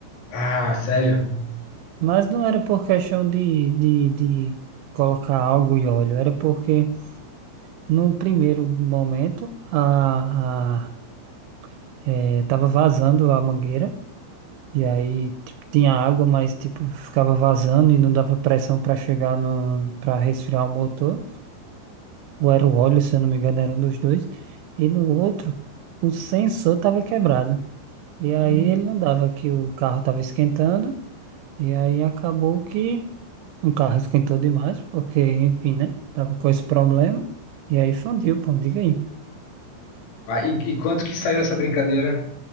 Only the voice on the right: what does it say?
Mas não era por questão de, de, de colocar algo e óleo, era porque no primeiro momento a, a, é, tava vazando a mangueira, e aí tipo, tinha água, mas tipo, ficava vazando e não dava pressão para chegar no, para resfriar o motor. ou era o óleo, se eu não me engano, era um dos dois, e no outro o sensor estava quebrado. E aí
ele não dava que o carro estava esquentando, e aí acabou que o carro esquentou demais, porque, enfim, né? Tava com esse problema, e aí fundiu, pô, diga aí.